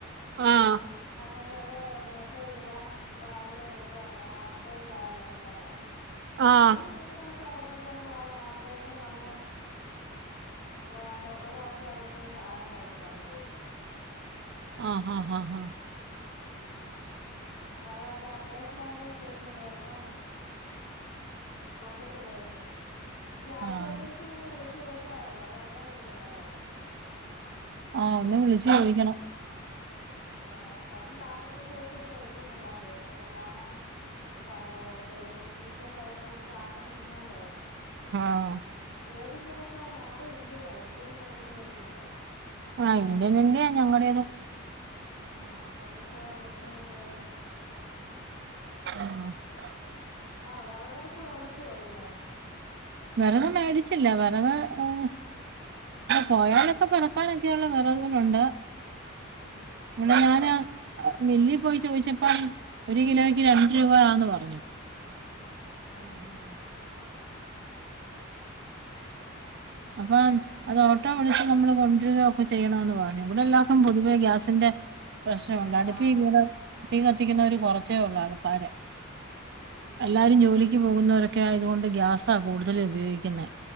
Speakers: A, on the right; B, on the left.
A: ആഹ്
B: അന്നിട്ട് അത് മെസ്സേജ് ഇടാം വാലിഡ് ഇത് അപ്ഡേറ്റ് ആയില്ലെന്നും പറഞ്ഞ്
A: ആഹ്
B: എനിക്ക് മൂന്ന് സായപ്പോതന്നെ അ അപ്ഡേഷൻ വന്നു വേന്റെ ഒരാഴ്ച ആയപ്പോഴത്തേക്കും സാനം കൊണ്ടുത്തന്നു വീട്ട്ല്
A: ആഹ് ഹാഹാഹ്
B: അത് അവരെ അപ്ഡേഷൻ ആയില്ലേൽ പേടിക്കണ്ട ചെലപ്പം കൊണ്ടുത്തരുവായിരിക്കും ആ ഗ്യാസ്
A: ആഹ്
B: ഏജൻസീല് ഒന്ന് വിളിച്ചു ചോദിച്ചാ മതി അത് അറിയാൻ പറ്റും അന്നേരം
A: ആഹ് ഒന്ന് വിളിച്ചു ചോദിക്കണം
B: ആഹ് പത്ത് നാപ്പത്തഞ്ച് ദെവസം ഇപ്പ എടുക്കുന്നില്ലാന്ന് തോന്നുന്നു ഇപ്പ കാരണം- <unintelligible> യുദ്ധം കഴിഞ്ഞോണ്ട് സാധനം വരുന്നോണ്ടേ-
A: ആഹ്
B: ഏത് ഗ്യാസാ ഞങ്ങടെ ഇന്ത്യൻ ആ ഇന്ത്യനും പെട്ടെന്ന് വരുന്നുണ്ട്
A: ആ ഇന്ത്യൻ തന്നെയാ ഞങ്ങടേതും
B: ആഹ് അപ്പൊ കിട്ടുവാണേ പെട്ടെന്ന് കിട്ടുവായിരിക്കും
A: <inaudible>
B: ആഹ് വെറകടുപ്പ് മെടിച്ചോ പിന്നെ
A: വെറക് മേടിച്ചില്ല വെറക് ഉം പോയാലൊക്കെ പെറുക്കാനൊക്കെയുള്ള വെറകുകളൊണ്ട്
B: ഉം
A: ഇവടെ ഞാന് മില്ലീ പോയി ചോയിച്ചപ്പം ഒരു കിലോയ്ക്ക് രണ്ട് രൂപായാന്ന് പറഞ്ഞു
B: ആഹ് ആഹ്
A: അപ്പം അത് ഓട്ടോ വിളിച്ച് നമ്മള് കൊണ്ടരികയൊക്കെ ചെയ്യണന്ന് പറഞ്ഞു ഇവിടെ എല്ലാർക്കും പൊതുവേ ഗ്യാസിന്റെ- പ്രശ്നൊണ്ട് അടുപ്പി
B: ആ
A: തീ കത്തിക്കുന്നവര് കൊറച്ചേയുള്ളൂ ആൾക്കാര്
B: ഉം
A: എല്ലാരും ജോലിക്ക് പോകുന്നവരൊക്കെ ആയതുകൊണ്ട് ഗ്യാസാ കൂടുതല് ഉപയോഗിക്കുന്നേ